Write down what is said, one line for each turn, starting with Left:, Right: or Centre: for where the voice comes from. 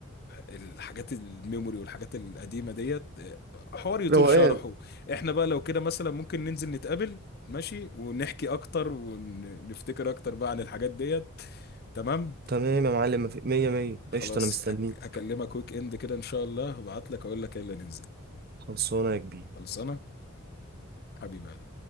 Left: الحاجات الميموري والحاجات القديمه ديت حوار يطول
Right: روقان
Left: شرحه احنا بقى لو كده مثلا ممكن ننزل نتقابل ماشي ونحكي اكتر ونفتكر اكتر بقى عن الحاجات ديت تمام
Right: تمام يا معلم مفي- مية مية
Left: خلاص
Right: قشطه انا مستنيك
Left: أك- هكلمك ويك اند كده ان شاء الله هبعت لك اقول لك يلا ننزل
Right: خلصانه يا كبير
Left: خلصانه حبيبي